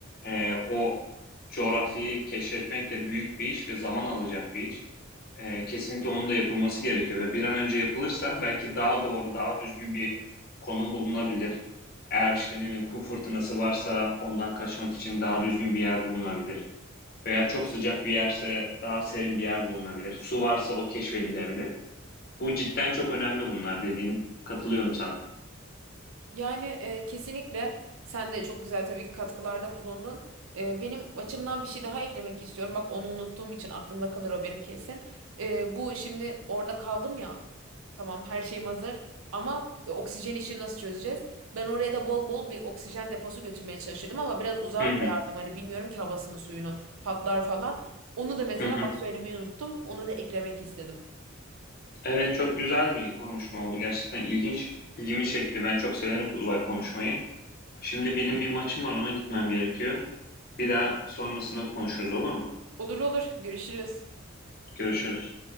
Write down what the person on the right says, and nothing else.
Yani e, kesinlikle sen de çok güzel tabii ki katkılarda bulundun. E, benim açımdan bir şey daha eklemek istiyorum. Bak onu unuttuğum için aklımda kalır o benim kesin. E, bu şimdi orada kaldım ya. Tamam her şeyim hazır. Ama e, oksijen işini nasıl çözeceğiz? Ben oraya da bol bol bir oksijen deposu götürmeye çalışırdım ama biraz uzağa
koyardım. Hani bilmiyorum ki havasını suyunu patlar falan. Onu da mesela
bak söylemeyi unuttum. Onu da eklemek istedim.
Olur olur görüşürüz.